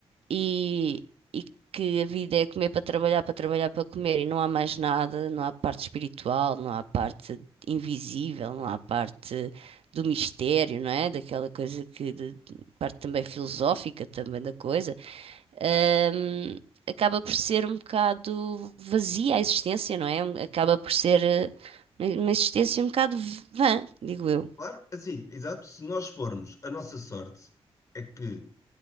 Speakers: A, on the right; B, on the left.
A: e, e que a vida é comer para trabalhar, para trabalhar para comer e não há mais nada, não há parte espiritual, não há parte invisível, não há parte do mistério, não é? Daquela coisa que, de, de- parte também filosófica também da coisa. Ahm, acaba por ser um bocado vazia a existência, não é? Acaba por ser eh, uma existência um bocado vã, digo eu.
B: Claro, assim, exato. Se nós formos, a nossa sorte é que